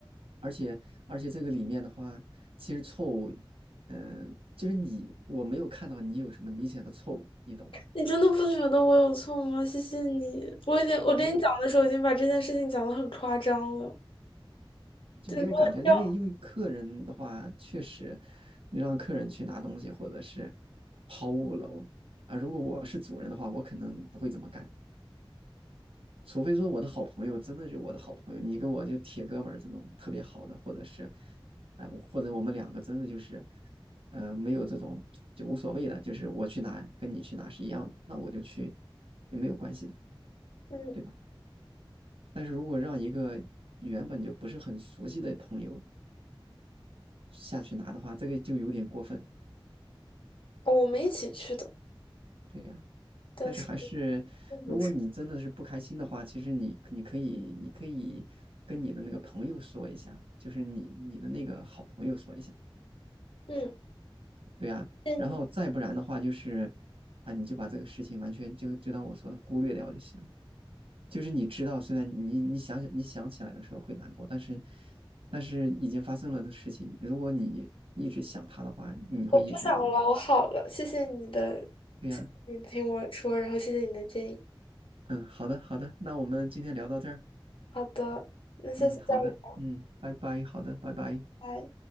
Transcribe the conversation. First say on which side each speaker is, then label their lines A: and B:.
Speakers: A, on the right; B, on the left.
A: 而且而且这个里面的话，其实错误，嗯、就是你我没有看到你有什么明显的错误，你懂吧？
B: 你真的不觉得我有错吗？谢谢你，我已经我跟你讲的时候已经把这件事情讲得很夸张了。
A: 没有就没有感觉，
B: 就是如果这样，
A: 因为因为客人的话，确实你让客人去拿东西或者是跑五楼啊，如果我是主人的话，我可能不会这么干，除非说我的好朋友真的就我的好朋友，你跟我就铁哥们儿这种特别好的，或者是，哎，呃或者我们两个真的就是，呃，没有这种就无所谓的，就是我去拿跟你去拿是一样的，那我就去也没有关系的，
B: 嗯，
A: 对吧？但是如果让一个原本就不是很熟悉的朋友下去拿的话，这个就有点过分，
B: 哦我们一起去的，
A: 对呀。啊
B: 但是
A: 但是还是，如果你真的是不开心的话，
B: 我是
A: 其实你你可以你可以跟你的那个朋友说一下，就是你你的那个好朋友说一下，
B: 嗯，
A: 对呀，
B: 谢谢你，
A: 然后再不然的话，就是啊，你就把这个事情完全就就当我说的忽略掉就行了。就是你知道，虽然你你想想你想起来的时候会难过，但是但是已经发生了的事情，如果你一直想他的话，你会一直难过。
B: 我不想了，我好了，谢谢你的，
A: 对呀，
B: 谢谢你听我说，然后谢谢你的建议。
A: 嗯，好的好的，那我们今天聊到这儿。
B: 好的，那下次再聊。
A: 嗯，好的，嗯，拜拜，好的，拜拜。
B: 拜。